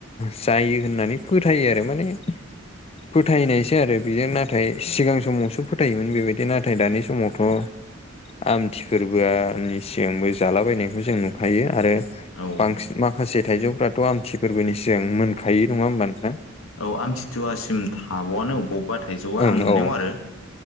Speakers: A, on the left; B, on the left.
A: जायो होननानै फोथायो आरो माने फोथायनायसो आरो बेजों नाथाय सिगां समावसो फोथायोमोन बेबायदि नाथाय दानि समावथ' आमथि फोरबोआनि सिगांबो जालाबायनायखौ जों नुखायो आरो
B: औ।
A: बांसिन माखासे थाइजौफ्राथ' आमथि फोरबोनि सिगां मोनखायो नङा होमबा नोंथां?
B: औ आं थितुवासिम थाबावआनो बबेबा थाइजौआ
A: ओं
B: आं नुनायाव
A: औ
B: आरो